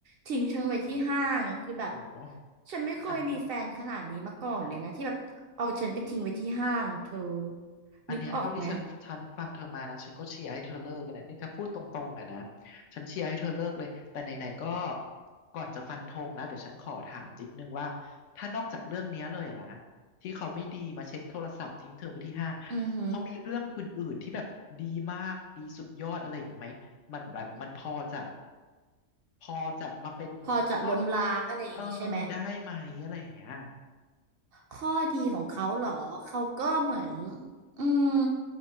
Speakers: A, on the right; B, on the left.
A: ทิ้งฉันไว้ที่ห้างอ่ะคือแบบ
B: โอ้
A: ฉันไม่เคยมีแฟนขนาดนี้มาก่อนเลยนะที่แบบเอาฉันไปทิ้งไว้ที่ห้างอะเธอ
B: ฉันอันเนี้ยเท่าที่ฉันฉันฟังเธอมานะฉันก็เชียร์ให้เธอเลิกกันเนี่ยนี่ถ้าพูดตรงๆอะนะ
A: นึกออกไหม
B: ฉันเชียร์ให้เธอเลิกเลยแต่ไหนๆก็ก่อนจะฟันธงแล้วเดี๋ยวฉันขอถามนิดนึงว่าถ้านอกจากเรื่องเนี้ยเลยอะนะที่เขาไม่ดีมาเช็คโทรศัพท์ทิ้งเธอไว้ที่ห้าง
A: อือฮึ
B: เขามีเรื่องอื่นๆที่แบบดีมากดีสุดยอดอะไรอย่างนี้ไหมมันแบบมันพอจะพอจะมาเป็นข้อ
A: พอจะล้มล้างอะไรอย่างนี้ใช่ไหม
B: เออได้ไหมอะไรอย่างเงี้ย
A: ข้อดีของเขาเหรอ เขาก็เหมือนอืม